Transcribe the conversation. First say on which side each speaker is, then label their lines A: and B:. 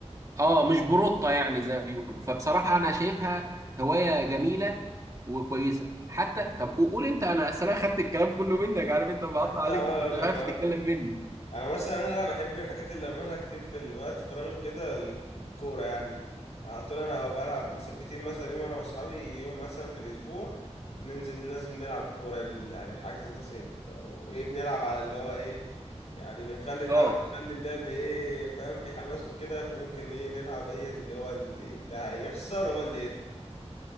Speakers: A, on the right; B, on the left.
A: اه مش بروطه يعني زي ما بيقولوا فبصراحه انا شايفها هوايه جميله وكويسه حتى طب قول انت انا اصل انا خدت الكلام كله منك عارف انت بقطع
B: انا كنت
A: عليك
B: عمال
A: كنت
B: اقول
A: عارف
B: لك اهو
A: تتكلم مني
B: انا مثلا انا بحب الحاجات اللي بعملها كتير في الوقت فراغي وكده الك- الكوره يعني على طول انا بلعب مثبتين مثلا يوم انا واصحابي يوم مثلا في الاسبوع بننزل لازم نلعب كوره ال- يعني الحجز ده ثابت بقى وايه بنلعب على اللي هو ايه يعني بنخلي نحاول
A: اه
B: نخلي اللعب ايه فاهم في حماس وكده فممكن ايه نلعب اي اللي هو اللي, اللي هيخسر هو اللي يدفع